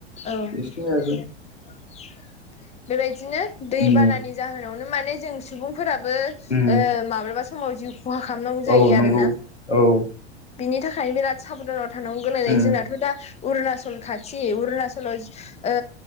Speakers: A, on the left; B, on the left.
A: औ
B: बिसिनि आरो
A: <inaudible> बेबायदिनो दै
B: उम
A: बानानि जाहोनावनो माने जों सुबुं फोराबो
B: उम
A: माब्लाबा समाव जिउ खहा खालामनांगौ जायो
B: औ नंगौ
A: आरोना।
B: औ
A: बिनि थाखायनो बिराद साबधानाव थानांगौ गोनां जायो
B: उम
A: जोंनाथ' दा अरुणाचल खाथि अरुणाचलाव ओ